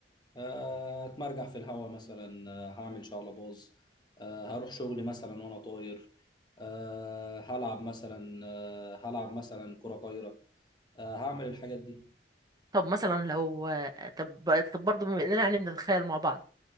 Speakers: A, on the left; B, on the right.
A: آه، اتمرجح في الهوا مثلا آه، هعمل شقلباز آه، هروح شغلي مثلا وانا طاير آه، هلعب مثلا آه، هلعب مثلا كرة طايرة آه، هعمل الحاجات دي
B: طب مثلا لو آه، طب طب برضه بما اننا يعني بنتخيل مع بعض